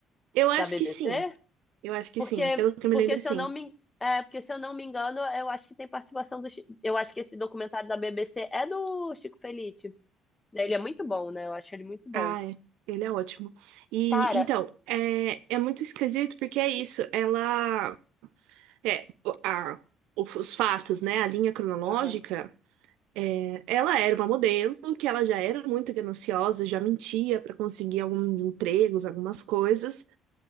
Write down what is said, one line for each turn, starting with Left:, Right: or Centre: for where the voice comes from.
Right: eu acho
Left: da BBC?
Right: que sim. Eu acho que
Left: Porque,
Right: sim, pelo que eu
Left: porque
Right: me lembro,
Left: se
Right: sim.
Left: eu não me, é, porque se eu não me engano, eu acho que tem participação do, Chi- eu acho que esse documentário da BBC é do Chico Felitti. Né, Ele é muito bom, né? Eu acho ele muito bom.
Right: Ah, é. Ele é ótimo. E
Left: Cara,
Right: então, é, é muito esquisito porque é isso. Ela. É, o- a, o- os fatos, né? A linha cronológica.
Left: aham,
Right: é, ela era uma modelo que ela já era muito gananciosa, já mentia para conseguir alguns empregos, algumas coisas.